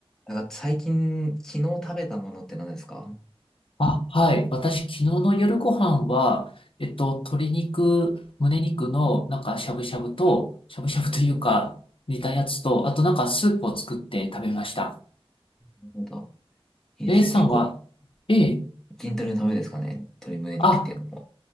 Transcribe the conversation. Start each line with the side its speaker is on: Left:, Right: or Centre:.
Centre: なんか最近、昨日食べたものって何ですかな
Left: あ、はい。私、昨日の夜ご飯は、えっと、鶏肉、胸肉の、なんか、しゃぶしゃぶと、しゃぶしゃぶというか、煮たやつと、あとなんか、スープを作って食べました。
Centre: るほど。いいですね。
Left: レイさんは、
Centre: 結構、
Left: ええ、
Centre: 筋トレのためですかね。鶏胸肉っていうのも。
Left: あ、